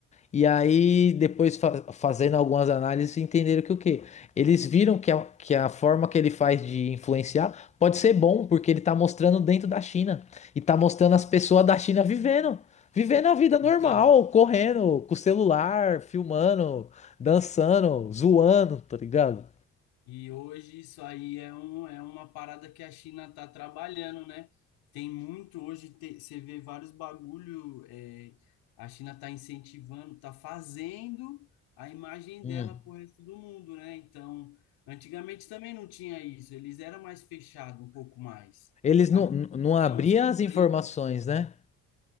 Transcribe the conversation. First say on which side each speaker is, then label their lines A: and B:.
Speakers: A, on the left (about 20°); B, on the left (about 75°).
A: E aí, depois fa- fazendo algumas análises, entenderam que o quê? Eles viram que a, que a forma que ele faz de influenciar pode ser bom, porque ele tá mostrando dentro da China. E tá mostrando as pessoas da China vivendo. Vivendo a vida normal,
B: então,
A: correndo, com o celular, filmando, dançando, zoando, tá ligado?
B: E hoje isso aí é, um, é uma parada que a China está trabalhando, né? Tem muito hoje, te- você vê vários bagulho, é, a China está incentivando, está fazendo a imagem
A: Hum.
B: dela para o resto do mundo, né? Então, antigamente também não tinha isso, eles eram mais fechados um pouco mais.
A: Eles
B: Agora
A: não, não
B: eles
A: não
B: estão
A: abriam
B: se
A: as
B: abrindo
A: informações, né?